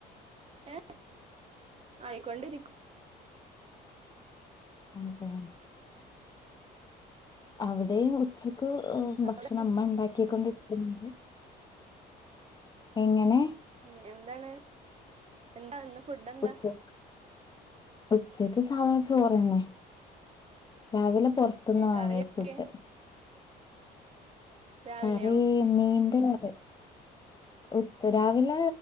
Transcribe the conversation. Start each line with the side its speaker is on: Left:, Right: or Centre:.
Right: ഏ ആയിക്കൊണ്ടിരിക്
Left: അതെ അവിടെ ഉച്ചക്ക് ഭക്ഷണം
Right: അവിടെ
Left: അമ്മ ണ്ടാക്കിക്കൊണ്ടിരിക്കുന്നുണ്ട് എങ്ങനെ
Right: ഉ എന്താണ് എന്താ ഫുഡ് എന്താ
Left: ഉച്ച ഉച്ചക്ക് സാധാ ചോറ്ന്നെ രാവിലെ പൊറത്തുന്ന് വാങ്ങി
Right: കറിയൊക്കെ
Left: ഫുഡ്
Right: രാവിലെയോ
Left: കറി മീൻ അ അതെ ഉച്ച രാ വിലെ